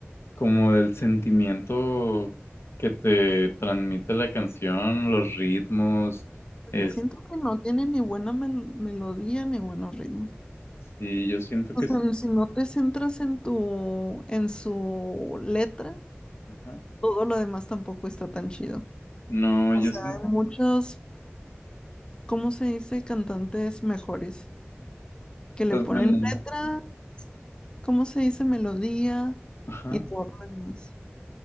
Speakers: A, on the left (about 65°); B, on the left (about 20°).
A: como del sentimiento que te transmite la canción, los ritmos, es,
B: yo siento que no tiene ni buena mel- melodía ni buenos ritmos.
A: sí, yo siento
B: o
A: que
B: sea
A: sí,
B: Si no te centras en tu, en su letra,
A: ajá.
B: todo lo demás tampoco está tan chido.
A: No,
B: O
A: yo
B: sea,
A: siento,
B: hay muchos, ¿cómo se dice? Cantantes mejores que le
A: pues
B: ponen
A: bueno,
B: letra, ¿cómo se dice? Melodía
A: ajá.
B: y todo lo demás.